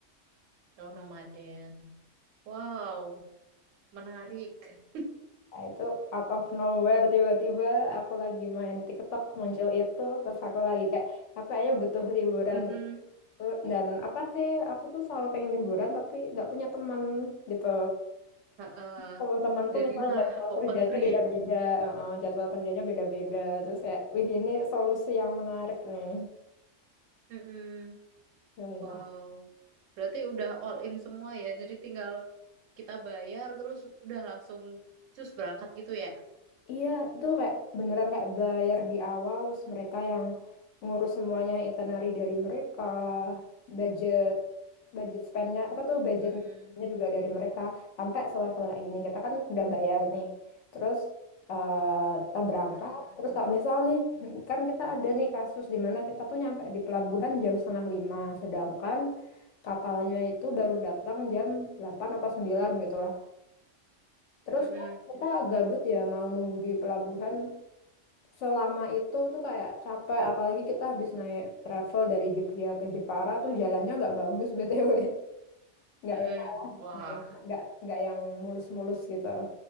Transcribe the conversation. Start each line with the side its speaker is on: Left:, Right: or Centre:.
Right: Oh, nomaden. Wow, menarik.
Left: Nah, itu out of nowhere tiba-tiba aku lagi main TikTok muncul itu terus aku lagi kayak aku kayaknya butuh liburan
Right: Mm-mm.
Left: deh. dan apa sih aku tuh selalu pengen liburan tapi nggak punya teman gitu
Right: Ha-ah.
Left: teman-temanku
Right: Jadilah
Left: misalnya jadwal
Right: open
Left: kerjanya
Right: trip.
Left: beda-beda eh, jadwal kerjanya beda-beda terus kayak wih ini solusi yang menarik nih
Right: Mm-mm.
Left: yoi
Right: Wow. Berarti udah all in semua ya. Jadi tinggal kita bayar terus udah langsung cus berangkat gitu ya.
Left: Iya, itu kayak beneran kayak bayar di awal, terus mereka yang ngurus semuanya itinerary dari mereka, budget, budget spendnya apa tuh budgetnya
Right: Mm-mm.
Left: juga dari mereka sampai selevel kayak gini. Kita kan udah bayar nih, terus eh, kita berangkat.
Right: Mm-mm.
Left: Terus kalau misal nih, <clears throat> kan kita ada nih kasus di mana kita tuh nyampe di pelabuhan jam setengah lima, sedangkan kapalnya itu baru datang jam 8 apa 9 gitu lah. Terus
Right: Mm-mm.
Left: kan kita gabut ya mau nunggu di pelabuhan selama itu tuh kayak capek apalagi kita habis naik travel dari Jogja ke Jepara tuh jalannya nggak bagus <laughs> BTW nggak
Right: Mm-mm.
Left: enak
Right: Wah,
Left: nggak enak nggak nggak yang mulus-mulus gitu